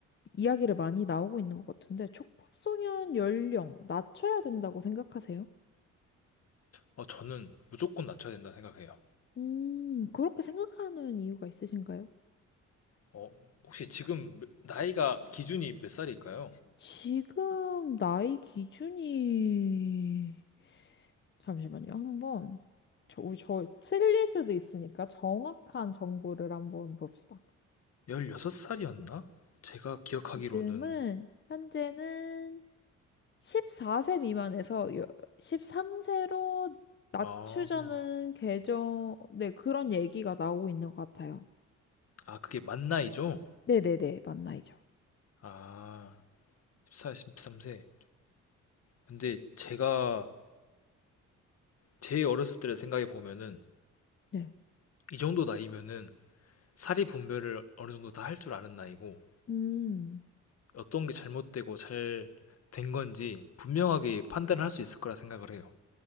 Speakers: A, on the left; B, on the left.
A: 이야기를 많이 나오고 있는 것 같은데, 촉법소년 연령 낮춰야 된다고 생각하세요?
B: 어, 저는 무조건 낮춰야 된다 생각해요.
A: 음, 그렇게 생각하는 이유가 있으신가요?
B: 어, 혹시 지금 몇- 나이가 기준이 몇 살일까요?
A: 지금 나이 기준이 잠시만요. 한번 저, 우리 저 틀릴 수도 있으니까 정확한 정보를 한번 봅시다.
B: 열여섯 살이었나 제가 기억하기로는
A: 지금은 현재는 14세 미만에서 13세로 낮추자는
B: 아.
A: 개정, 네, 그런 얘기가 나오고 있는 것 같아요.
B: 아, 그게 만 나이죠?
A: 네네네, 만 나이죠.
B: 아, 14, 13세. 근데 제가 제 어렸을 때를 생각해 보면은
A: 네.
B: 이 정도 나이면은 사리 분별을 어느 정도 다 할 줄 아는 나이고
A: 음,
B: 어떤 게 잘못되고 잘 된 건지 분명하게 판단을 할 수 있을 거라 생각을 해요.